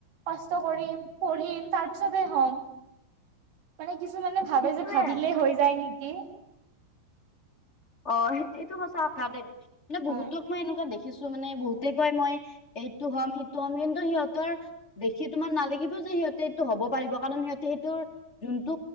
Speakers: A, on the right; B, on the left.
A: কষ্ট কৰিম পঢ়িম তাৰ পিছতে হ'ম। মানে কিছুমানে ভাবে
B: সেইটোয়ে
A: যে ভাবিলে হৈ যায় নেকি।
B: অঁ, সেইটো এইটো সচা দেই মানে বহুতো
A: হয়
B: মই এনেকুৱা দেখিছো মানে বহুতে কয় মই এইটো হ'ম সেইটো হম কিন্তু সিহঁতৰ দেখি তোমাৰ নালাগিব যে সিহঁতে এইটো হব পাৰিব কাৰণ সিহঁতে সেইটোৰ যোনটো